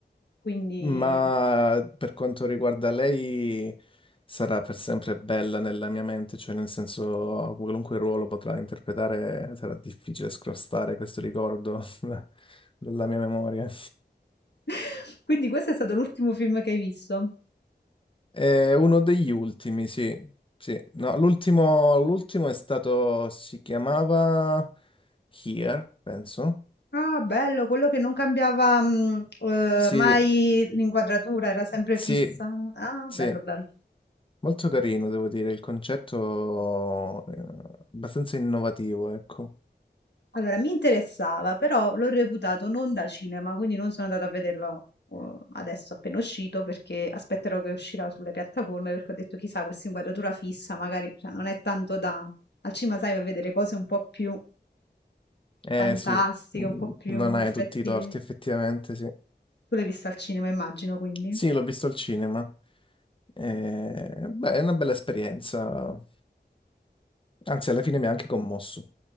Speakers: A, on the left; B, on the left.
A: Quindi
B: ma per quanto riguarda lei sarà per sempre bella nella mia mente, cioè nel senso qualunque ruolo potrà interpretare sarà difficile scrostare questo ricordo <laughs> dalla mia memoria.
A: <laughs> Quindi questo è stato l'ultimo film che hai visto?
B: È uno degli ultimi, sì. Sì. No, l'ultimo l'ultimo è stato, si chiamava Here, penso.
A: Ah, bello, quello che non cambiava mm, eh,
B: Sì,
A: mai l'inquadratura, era sempre
B: sì,
A: fissa. Ah,
B: sì.
A: bello, bello.
B: Molto carino, devo dire, il concetto è abbastanza innovativo, ecco.
A: Allora, mi interessava, però l'ho reputato non da cinema, quindi non sono andata a vederlo eh, adesso appena uscito, perché aspetterò che uscirà sulle piattaforme, perché ho detto, chissà, questa inquadratura fissa, magari, cioè, non è tanto da... Al cinema, sai, vai a vedere cose un po' più
B: Eh
A: fantastiche,
B: sì, mm,
A: un po' più
B: non hai
A: effetti...
B: tutti i torti, effettivamente, sì.
A: Tu l'hai visto al cinema, immagino, quindi?
B: Sì, l'ho visto al cinema. Eh, beh, è una bella esperienza. Anzi, alla fine mi ha anche commosso.